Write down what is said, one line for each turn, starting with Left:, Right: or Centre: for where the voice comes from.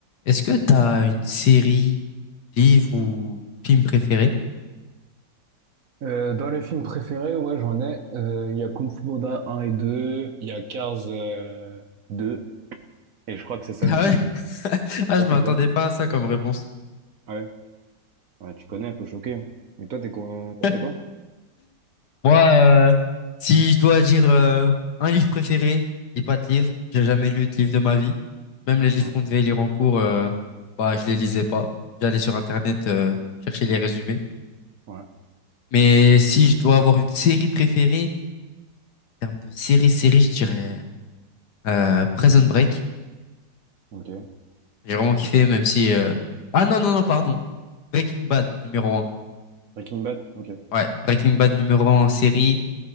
Left: Est-ce que t'as une série, livre ou film préféré?
Right: Euh, dans les films préférés, ouais, j'en ai. Euh, Il y a Kung Fu Panda 1 et 2, il y a Cars euh, 2, et je crois que c'est ça mes
Left: Ah
Right: films
Left: ouais?
Right: préférés.
Left: <laughs> Ah,
Right: Toi,
Left: je m'attendais
Right: c'est quoi?
Left: pas à ça comme réponse.
Right: Ah ouais? Ouais, tu connais, faut choquer. hein. Et toi, t'es quoi? Toi,
Left: <laughs>
Right: t'es quoi?
Left: Moi, euh, si je dois dire euh, un livre préféré, je lis pas de livre. J'ai jamais lu de livre de ma vie. Même les livres
Right: Ah,
Left: qu'on devait lire en cours, euh, bah, je les lisais pas. J'allais sur Internet
Right: ok.
Left: euh, chercher les résumés.
Right: ouais,
Left: Mais si je dois avoir une série préférée, en termes de série, série, je dirais euh, Prison Break.
Right: ok.
Left: J'ai vraiment kiffé, même si... euh, Ah non, non, non, pardon. Breaking Bad, numéro un
Right: Breaking Bad? Ok.
Left: Ouais, Breaking Bad, numéro un en série.